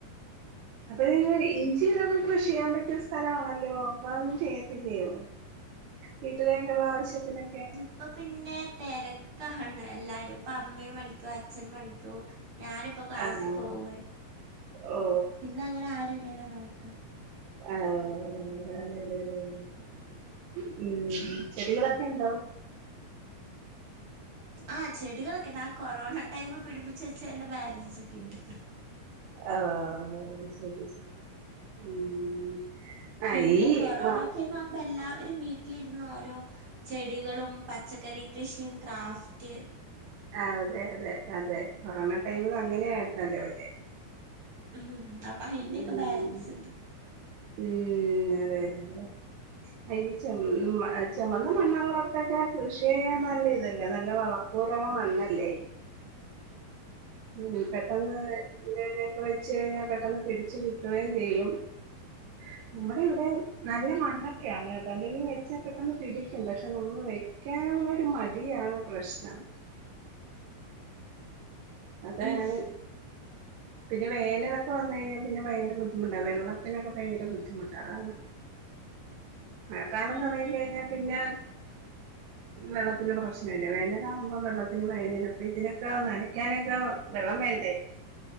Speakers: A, on the right; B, on the right.
A: അപ്പ നിങ്ങള് ഇഞ്ചിതൊക്കെ കൃഷിയ്യാൻ പറ്റിയ സ്ഥലാണല്ലോ. അപ്പോ അതൊന്നും ചെയ്യത്തില്ലയോ? വീട്ടിലേക്കുള്ള ആവശ്യത്തിനൊക്കെ?
B: ഇപ്പ പിന്നെ തെരക്കാണ് എല്ലാരും. ഇപ്പ അമ്മേം പണിക്കോവും. അച്ഛനും പണിക്കോവും. ഞാനിപ്പോ ക്ലാസ്സിൽ
A: ആഹ്
B: പോവ്വായി.
A: ഓ
B: പിന്നെ അങ്ങനെ ആരുല്ലല്ലോ നോക്കാൻ
A: <unintelligible> ഉം ചെടികളൊക്കെ ഉണ്ടോ
B: ആഹ ചെടികളൊക്കൊ കൊറോണ ടൈമിൽ പിടിപ്പിച്ചച്ച് വെച്ചതിന്റെ ബാലൻസ് ഒക്കെ ഉണ്ട്
A: ആഹ് ശരി ശരി ഉം ആഹ്
B: പിന്നെ
A: ഈ
B: കൊറോണ
A: മ
B: ടൈം ആവുമ്പോ എല്ലാവരും വീട്ടിലിരുന്ന് ഓരോ ചെടികളും പച്ചക്കറി കൃഷിയും ക്രാഫ്റ്റ്
A: ആഹ് അതെ അതെ അതെ കൊറോണ ടൈമിൽ അങ്ങനെയായിരുന്നല്ലോ അല്ലേ
B: ഉം അപ്പൊ അയിന്റെ
A: ഉം
B: ഒക്കെ ബാലൻസ് ഉണ്ട്
A: ഉം അതെ അതെ ഈ ചെ ചെമ്മന്ന മണ്ണുള്ള അടത്തൊക്കെ കൃഷിയ നല്ല ഇതല്ലേ നല്ല വളർ അപോലുള്ള മണ്ണല്ലേ ഉം പെട്ടെന്ന് ഇ ഇതിനൊക്കെ വെച്ച് കഴിഞ്ഞാൽ പെട്ടെന്ന് പിടച്ചു കിട്ടുകയും ചെയ്യും <inaudible> നമ്മുടെ ഇവിടെ നല്ല മണ്ണൊക്കെയാണ് കേട്ടോ എന്തെങ്കിലും വെച്ചൽ പെട്ടെന്ന് പിടിക്കും പക്ഷെ നമ്മ പിക്കാനുള്ള ഒരു മടിയാണ് പ്രശ്നം അതാണ്
B: ഉം
A: പിന്നെ വേലൊക്കെ വന്നു കഴിഞ്ഞാ പിന്നെ ഭയങ്കര ബുദ്ധിമുട്ടാണ് വെള്ളത്തിനൊക്കെ ഭയങ്കര ബുദ്ധിമുട്ട അതാണ് <inaudible> മഴക്കാലം തുടങ്ങ കഴിഞ്ഞാൽ പിന്നെ വെള്ളത്തിന്റെ പ്രശ്നമല്ല വേനല ആകുമ്പോ വെള്ളത്തി ഇന് വപ്പ ഇതിനൊക്കെ നനക്കാനൊക്കെ വെള്ളം വേണ്ടേ